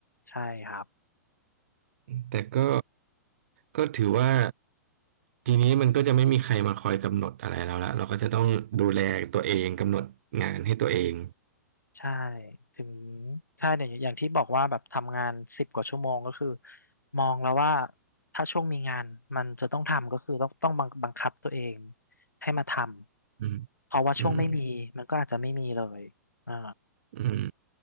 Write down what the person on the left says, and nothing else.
ใช่ครับ
ใช่ถึงใช่เนี่ยอย่างที่บอกว่าแบบทำงานสิบกว่าชั่วโมงก็คือมองแล้วว่าถ้าช่วงมีงานมันจะต้องทำก็คือต้องต้องบังบังคับตัวเองให้มาทำเพราะว่าช่วงไม่มีมันก็อาจจะไม่มีเลยอ่า